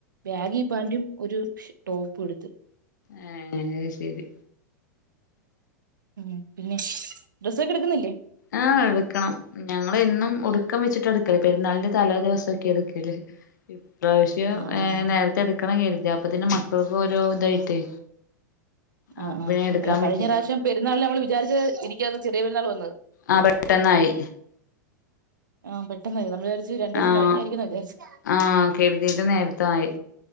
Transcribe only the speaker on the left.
ഏഹ് അത് ശരി
ആഹ് എടുക്കണം ഞങ്ങള് എന്നും ഒടുക്കം വച്ചിട്ടാ എടുക്കല് പെരുന്നാളിന്റെ തലേ ദിവസവൊക്കെയാ എടുക്കല് ഇപ്രാവശ്യം
ഏ
നേരത്തെ എടുക്കണം കരുതി അപ്പത്തേനും മക്കൾക്ക് ഓരോ ഇതായിട്ടേ
അപ്പ
പിന്നെ എടുക്കാൻ
പറ്റിട്ടില്ല
ആഹ് പെട്ടെന്നായി
ആഹ്
ആഹ് കരുതീത് നേരത്തെ ആയി